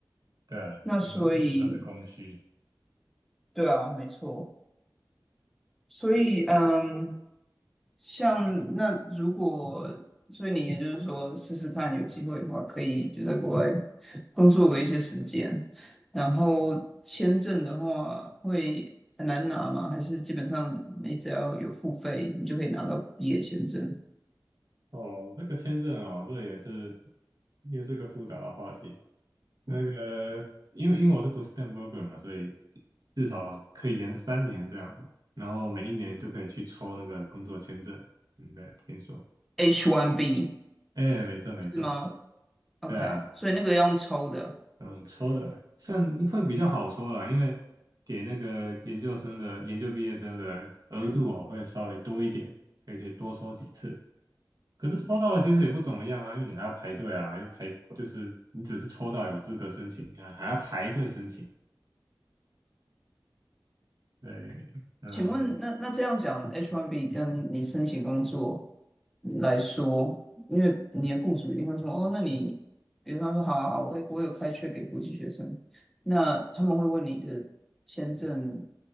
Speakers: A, on the right; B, in the centre.
A: 对啊，
B: 那所以
A: 那一听都是供需。
B: 对啊，没错，所以嗯，像那如果，所以你也就是说试试看，有机会的话可以就在国外工作个一些时间。然后签证的话会很难拿吗？还是基本上你只要有付费，你就可以拿到毕业签证
A: 哦，这个签证哦，这也是又是个复杂的话题。那个，因为因为我是读 STEM program 嘛，所以至少可以延三年这样子，然后每一年都可以去抽那个工作签证。应该听说，
B: ？H1B
A: 哎，没错没错，
B: 是吗？OK，
A: 对啊，
B: 所以那个要用抽的。
A: 嗯，抽的算会比较好抽啦，因为给那个研究生的研究毕业生的额度哦会稍微多一点，可以可以多抽几次。可是抽到了其实也不怎么样啊，因为你还要排队啊，又排就是你只是抽到有资格申请啊，还要排队申请。对，嗯
B: 请问，那那这样讲，H1B 跟你申请工作来说，因为你的雇主一定会说，哦，那你，比如他说，好好好，我我有开缺给国际学生，那他们会问你的签证